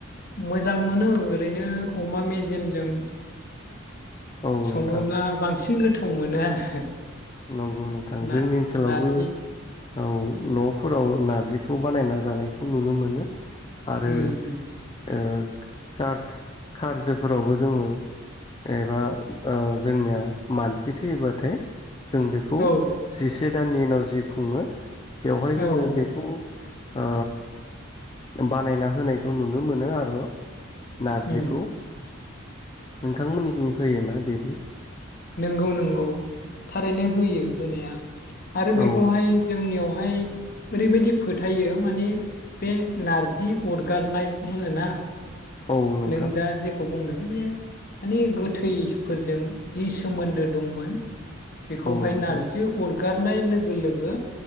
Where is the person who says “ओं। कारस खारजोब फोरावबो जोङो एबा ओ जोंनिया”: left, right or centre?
Left